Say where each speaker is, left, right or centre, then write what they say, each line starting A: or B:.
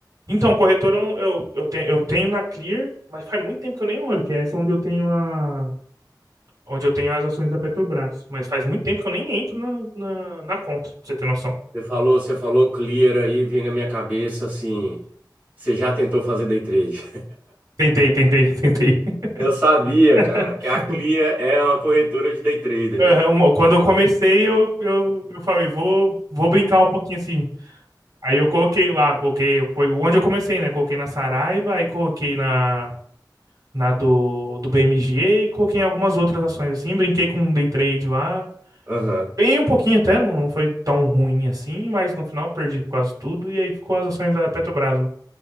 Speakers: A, on the right (about 50°); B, on the right (about 25°).
A: Então, corretor eu não eu, eu tenho eu tenho na Clear, mas faz muito tempo que eu nem olho, que é essa onde eu tenho a onde eu tenho as ações da Petrobras, mas faz muito tempo que eu nem entro na, na, na conta, pra você ter noção.
B: Você falou, você falou Clear aí, vem na minha cabeça assim, você já tentou fazer day trade?
A: Tentei, tentei, tentei.
B: Eu sabia,
A: <laughs>
B: cara, que a Clia é uma corretora de day trader,
A: Aham,
B: velho.
A: uma- Quando eu comecei, eu, eu, eu falei, vou, vou brincar um pouquinho assim. Aí eu coloquei lá, coloquei, foi onde eu comecei, né? Coloquei na Saraiva, aí coloquei na, na do, do BMG e coloquei em algumas outras ações assim. Brinquei com um day trade lá.
B: Aham.
A: Ganhei um pouquinho até, não, não foi tão ruim assim, mas no final perdi quase tudo e aí ficou as ações da Petrobras. lá.